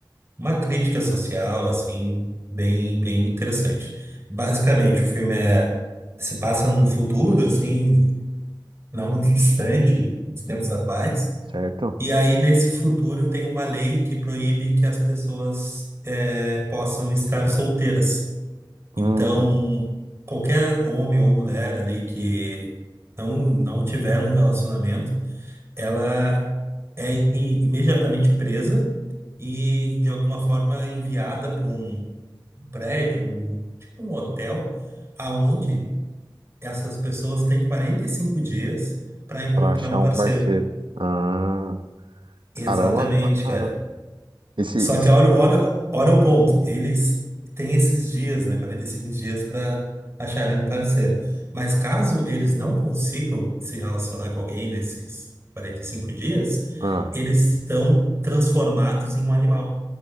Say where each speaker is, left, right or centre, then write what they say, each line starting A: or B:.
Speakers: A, on the right; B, on the right.
A: uma crítica social, assim, bem, bem interessante. Basicamente, o filme é, se passa num futuro, assim, não muito <laughs> distante dos tempos atuais.
B: certo?
A: E aí, nesse futuro, tem uma lei que proíbe que as pessoas eh, possam estar solteiras.
B: Hum,
A: Então, qualquer homem ou mulher ali que não, não tiver um relacionamento ela é i- imediatamente presa e, de alguma forma, enviada para um prédio, um- tipo um hotel, aonde essas pessoas têm 45 dias para encontrar
B: pra achar
A: um
B: um
A: parceiro.
B: parceiro. Ah,
A: Exatamente,
B: caramba, bacana.
A: cara.
B: Esse,
A: Só que olha, olha, olha o ponto. Eles têm esses dias, né? quarenta e cinco dias para acharem um parceiro. Mas caso eles não consigam se relacionar com alguém nesses 45 dias,
B: Ah,
A: eles estão transformados em um animal